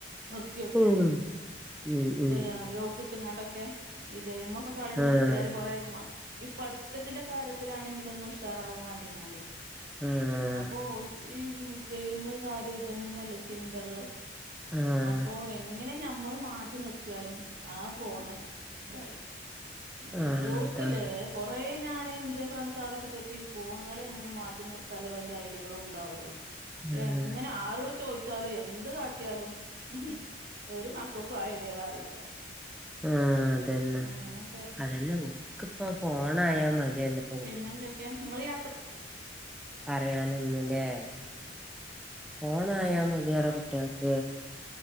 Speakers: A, on the right; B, in the centre.
A: നിർത്തി നോക്കിയാന്.
B: ഉം. ഉം ഉം.
A: ദ് യാ ലോക്ക് ട്ടിങ്ങാണ്ടൊക്കെ ഈ ഗെയ്മൊക്കെ കളി നിർത്തിയാല്
B: ആഹ്
A: കൊറെ പേകുമാ ഈ പഠിത്തത്തിന്റെ കാര്യത്തിലാണെങ്കിലും ഒന്ന് ഉഷാറാവാൻ വേണ്ടി ഇങ്ങാണ്ടേ
B: ആഹ്
A: അപ്പോ ഓൽക്ക് ഈ ഗെയ്മ് കാര്യം ഇതന്നെല്ലേ ചിന്തകൾ
B: ആഹ്
A: അപ്പോ എങ്ങനെ ഞമ്മൾ മാറ്റി നിർത്തിയാലും ആ, ഫോണ് ഇതായി. ഏ,
B: ആഹ്
A: എല്ലോടുത്തുല്ലേ
B: അതാണ്.
A: കൊറേ ഞാൻ എന്റെ ഫ്രണ്ട്സ്കളോടൊക്കെ ചോയ്ച്ച് ഈ ഫോണ്കളി എങ്ങനെ മാറ്റി നിർത്താല് വല്യ ഐഡികളും ഉണ്ടോ അവരോട്. പക്ഷേ
B: ആഹ്
A: എങ്ങനെ ആരോട് ചോദിച്ചാലും എന്ത് കാട്ടിയാലും ഉം. ഒരു മക്കോക്കും ആ ഐഡിയകൾ അറിയില്ല.
B: ആ, അതന്നെ
A: അങ്ങനൊക്കെ
B: അതല്ല ഉക്കിപ്പ ഫോണായ മതിയാല്ലോ.
A: പിന്നെ എന്തൊക്കെ നിങ്ങൾ യാത്ര
B: പറയാനൊന്നുംല്ലേ. ഫോണായ മതിയോരോ കുട്ടിയാ ക്ക്